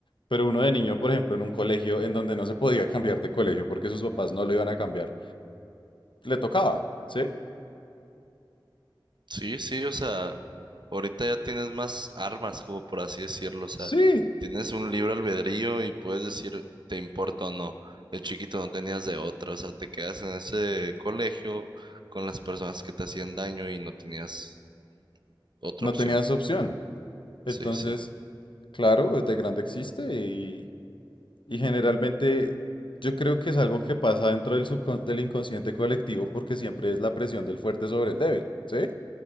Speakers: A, on the left; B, on the right.
A: Pero uno de niño, por ejemplo, en un colegio en donde no se podía cambiar de colegio porque sus papás no lo iban a cambiar le tocaba, ¿sí?
B: Sí, sí, o sea, ahorita ya tienes más armas, como por así decirlo, o sea,
A: Sí,
B: tienes un libre albedrío y puedes decir te importa o no. De chiquito no tenías de otra, o sea, te quedas en ese colegio con las personas que te hacían daño y no tenías otra
A: no
B: opción.
A: tenías opción. Entonces,
B: Sí, sí,
A: claro, este grande existe y, y generalmente yo creo que es algo que pasa dentro del, subcon- del inconsciente colectivo porque siempre es la presión del fuerte sobre el débil, ¿sí?